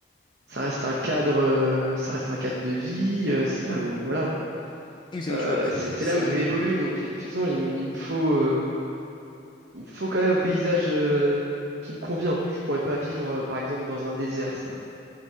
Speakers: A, on the right; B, on the left.
A: ça reste un cadre, euh, ça reste un cadre de vie. euh, c'est là où, voilà,
B: Oui, c'est
A: Euh,
B: là où tu vas habiter,
A: c'est
B: donc faut
A: c'est
B: que ça
A: là où je
B: aille.
A: vais évoluer.
B: ouais.
A: Donc effectivement, j'ai- il me faut, euh, il me faut quand même un paysage euh, qui me convient. Je pourrais pas vivre, euh, par exemple, dans un désert. Ça,